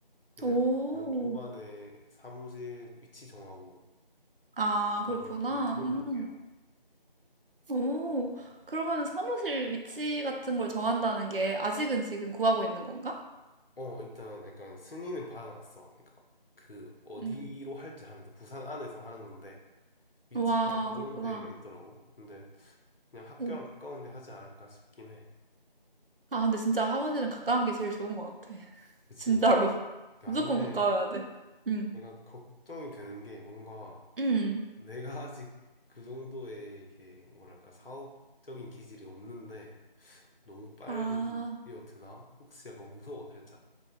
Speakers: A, on the left; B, on the right.
A: 그냥
B: 오.
A: 완전 초반에 사무실 위치 정하고,
B: 아,
A: 뭐
B: 그렇구나.
A: 지금 그런
B: 음,
A: 단계야.
B: 오. 그러면 사무실 위치 같은 걸 정한다는 게 아직은 지금 구하고 있는 건가?
A: 어, 일단 약간 승인은 받아놨어. 그러니까 그 어디로
B: 음.
A: 할지 하면 돼. 부산 안에서 하는 건데, 위치가
B: 와,
A: 여러
B: 그렇구나.
A: 군데가 있더라고. 근데 그냥 학교랑
B: 오.
A: 가까운 데 하지 않을까 싶긴 해.
B: 아, 근데 진짜 사무실은 가까운 게 제일 좋은 것 같아.
A: 그치?
B: 진짜로. <laughs>
A: 야,
B: 무조건
A: 근데
B: 가까워야 돼. 응.
A: 내가 걱정이 되는 게 뭔가
B: 응.
A: 내가 <laughs> 아직 그 정도의 이게 뭐랄까 사업적인 기질이 없는데 너무 빨리
B: 아.
A: 뛰어드나? 혹시 약간 무서워 살짝.